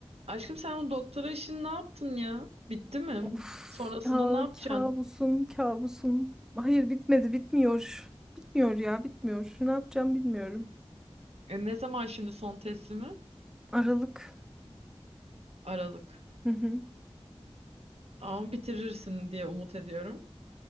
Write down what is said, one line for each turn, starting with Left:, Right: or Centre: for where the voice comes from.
Right: Aşkım sen bu doktora işini ne yaptın ya? Bitti mi?
Centre: Of,
Right: Sonrasında
Centre: ka
Right: ne yapacaksın?
Centre: kabusum, kabusum. Hayır bitmedi, bitmiyor. Bitmiyor ya, bitmiyor. Ne yapacağım bilmiyorum.
Right: E, ne zaman şimdi son teslimi?
Centre: Aralık.
Right: Aralık.
Centre: Hı hı.
Right: Ama bitirirsin diye umut ediyorum.